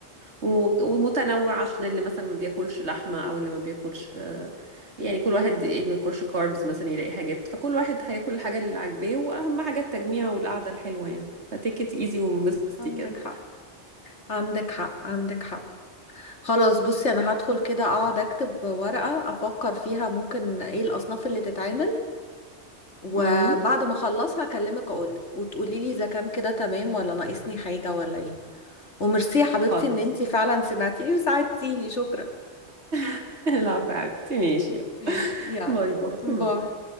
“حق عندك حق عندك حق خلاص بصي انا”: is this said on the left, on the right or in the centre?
Left